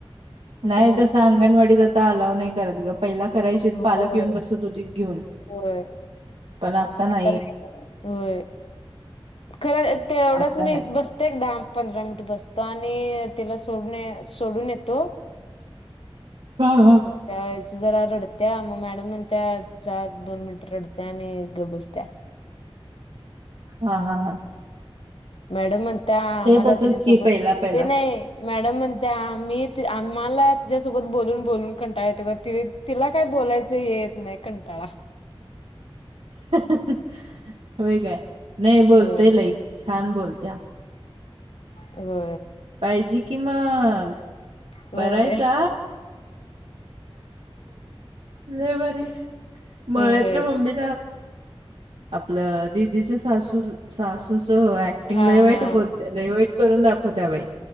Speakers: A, on the left (about 70°); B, on the right (about 65°).
A: असं
B: नाही
A: म्हणते
B: तस अंगणवाडीत ता अलाव नाही करत ग पहिला करायची
A: होय
B: पालक येऊन बसत होती घेऊन
A: होय
B: पण नाही
A: आता हो खरं ते एवढंच
B: आता
A: मी
B: नाही
A: बसते एकदा पंधरा मिनिट बसत आणि तिला सोडून सोडून येतो
B: हा हा
A: म त्याच जरा रडत्या मग मॅडम म्हण त्या जा दोन मिनिट रडत्या आणि ग बसत्या
B: हा हा हा
A: मॅडम म्हण त्या आमला
B: ते तसच
A: त्याच्यासोबत
B: की पहिला पहिला
A: ते नाही मॅडम म्हणत मी आम्हाला तिच्यासोबत बोलून बोलून कंटाळ येतो ति तिला काय बोलायचं येत नाही कंटाळा
B: हो काय नाही बोलते
A: होय
B: लई छान बोलत्या
A: हो
B: पाहिजे कि मग
A: होय
B: बरायचा र बारी मळत
A: होय
B: ना मम्मी आपलं दिदीच सासू सासूच ति
A: हा
B: लईवाईट
A: हा
B: बोलते लैवाईट करून दाखवत त्या बाई